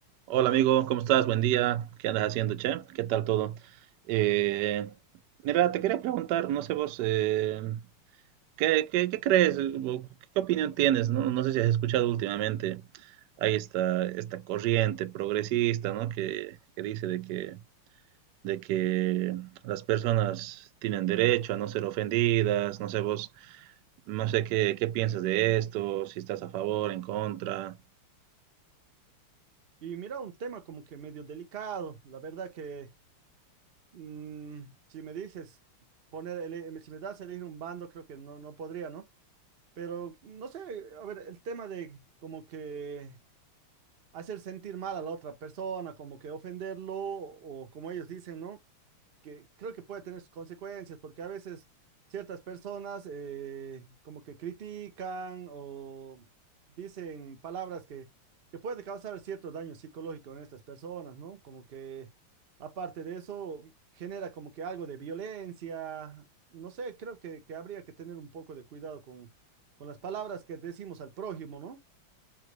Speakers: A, on the right; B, on the right.
A: Hola amigo, ¿cómo estás? Buen día. ¿Qué andas haciendo, che? ¿Qué tal todo? Eh, mira, te quería preguntar, no sé vos, eh, ¿qué, qué- qué crees? o ¿Qué opinión tienes? No, no sé si has escuchado últimamente, hay esta, esta corriente progresista, ¿no? Que, que dice de que, de que las personas tienen derecho a no ser ofendidas, no sé vos, no sé qué, qué piensas de esto, si estás a favor, en contra.
B: Y mira, un tema como que medio delicado. La verdad que mm, si me dices poner, ele- si me das a elegir un bando, creo que no, no podría, ¿no? Pero no sé, a ver, el tema de como que hacer sentir mal a la otra persona, como que ofenderlo, o como ellos dicen, ¿no? que creo que puede tener sus consecuencias, porque a veces ciertas personas eh, como que critican o dicen palabras que, que puede causar cierto daño psicológico en estas personas, ¿no? Como que aparte de eso genera como que algo de violencia, no sé, creo que, que habría que tener un poco de cuidado con, con las palabras que decimos al prójimo, ¿no?